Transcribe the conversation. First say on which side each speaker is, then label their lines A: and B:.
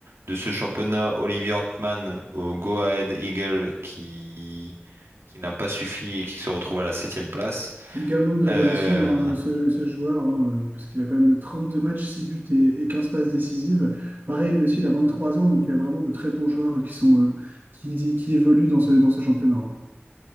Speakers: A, on the right (about 80°); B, on the right (about 50°).
A: de ce championnat, Olivier Antman, au Go Ahead Eagle, qui, qui n'a pas suffi et qui se retrouve à la septième place.
B: Également une révélation,
A: Euh,
B: hein, ce, ce joueur, hein, euh, parce qu'il a quand même 32 matchs, 6 buts et, et 15 passes décisives. Pareil, lui aussi, il a 23 ans, donc il y a vraiment de très bons joueurs euh, qui sont, euh, qui, qui évoluent dans ce, dans ce championnat. hein